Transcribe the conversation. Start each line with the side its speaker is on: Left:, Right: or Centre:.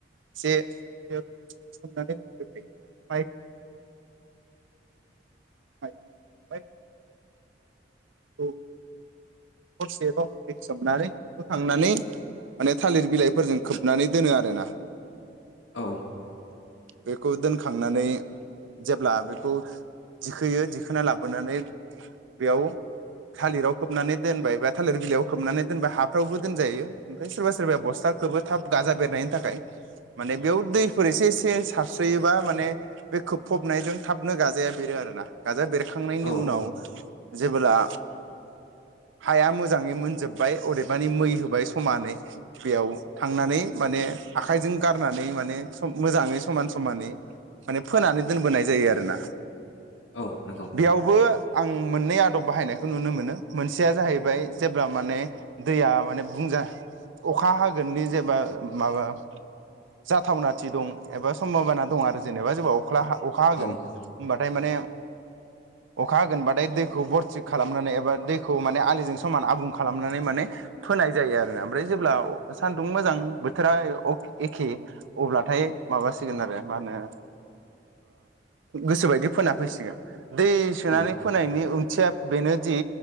Right: जे <unintelligible> सनानै थायो माइ <unintelligible> औ हरसेबाव दैसोमनानै होखांनानै माने थालिर बिलाइफोरजों खोबनानै दोनो आरोना
Left: औ
Right: बेखौ दोनखांनानै जेब्ला बेखौ दिखोयो दिखोना लाबोनानै बेयाव थालिराव खोबनानै दोनबाय बा थालिर बिलाइयाव खोबनानै दोनबाय हाफ्रावबो दोनजायो ओमफ्राय सोरबा सोरबाया बस्थाखौबो थाब गाजा बेरनायनि थाखाय माने बेयाव दैफोर एसे एसे सारस्रोयोबा माने बे खोबफबनायजों थाबनो गाजाया बेरो आरोना गाजााया बेर खांनायनि
Left: औ
Right: उनाव जेबोब्ला हाया मोजाङै मोनजोबबाय अदेबानि मै होबाय समानै बेयाव थांनानै माने आखाइजों गारनानै माने मोजाङै समान समानै माने फोनानै दोनबोनाय जायो आरोना
Left: औ नंगौ
Right: बेयावबो आं मोननै आदब बाहायनायखौ नुनो मोनो मोनसेया जाहैबाय जेब्ला माने दैया माने बुंजा अखा हागोननि जेब्ला माबा जाथावनाथि दं एबा सम्भाबानना दं आरो जेनेबा जबाव अखा अखा होगोन
Left: औ
Right: होनबा हाथाय माने अखा होगोनबाथाय दैखौ बरथिक खालामनानै एबा दैखौ माने आलिजों समान आबुं खालामनानै माने फोनाय जायो आरो ओमफ्राय जेब्ला सानदुं मोजां बोथोरा एखे अब्लाथाय माबासिगोन आरो मा होनो गोसोबायदि फोना फैसिगोन दै सोनानै
Left: औ
Right: फोनायनि उ खथिया बेनोदि